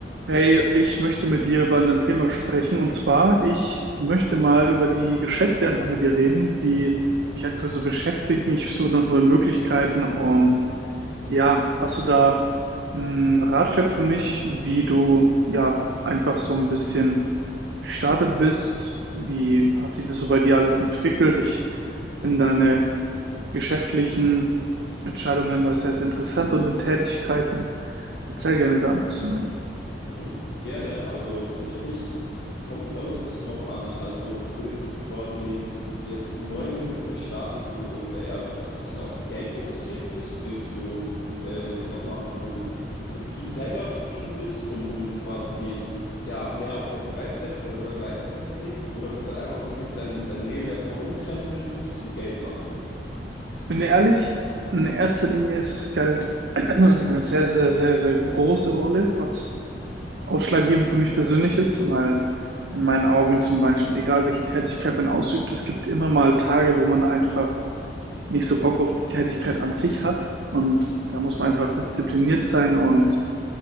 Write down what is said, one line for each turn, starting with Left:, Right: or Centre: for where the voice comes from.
Right: Hey, ich möchte mit dir über ein Thema sprechen. Und zwar, ich möchte mal über die Geschäfte einfach mit dir reden, die mich aktuell so beschäftigen. Ich suche nach neuen Möglichkeiten. Und ja, hast du da einen Ratschlag für mich, wie du ja einfach so ein bisschen gestartet bist? Wie hat sich das so bei dir alles entwickelt? Ich finde deine geschäftlichen Entscheidungen immer sehr, sehr interessant und deine Tätigkeiten. Erzähl gerne da ein bisschen mehr.
Left: Mhm. Gerne. Also tatsächlich kommt es da immer so ein bisschen drauf an. Also willst du quasi jetzt neu in einem Business starten, wo du äh, eher so ein bisschen aufs Geld fokussiert bist? Willst du ähm, etwas machen, wo du mit dir selber zufrieden bist und wo du quasi ja mehr auf deine Freizeit, auf deine Work-Life-Balance legst? Oder willst du halt einfach wirklich dein, dein Leben jetzt mal umkrempeln und richtig Geld machen?
Right: Bin dir ehrlich, in erster Linie ist es Geld <clears throat> eine sehr, sehr, sehr, sehr große Rolle, was ausschlaggebend für mich persönlich ist, weil in meinen Augen zum Beispiel, egal welche Tätigkeit man ausübt, es gibt immer mal Tage, wo man einfach nicht so Bock auf die Tätigkeit an sich hat. Und da muss man einfach diszipliniert sein und